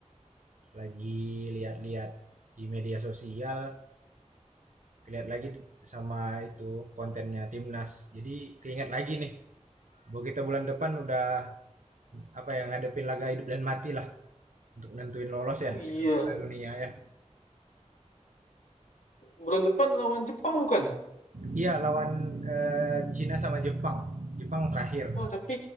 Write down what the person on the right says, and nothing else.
lagi lihat-lihat di media sosial, lihat lagi sama itu kontennya Timnas. Jadi keinget lagi nih, bahwa kita bulan depan udah apa yang ngadepin laga hidup dan mati lah untuk nentuin lolos
ya
ke Piala Dunia ya.
Iya lawan eh, Cina sama Jepang. Jepang terakhir.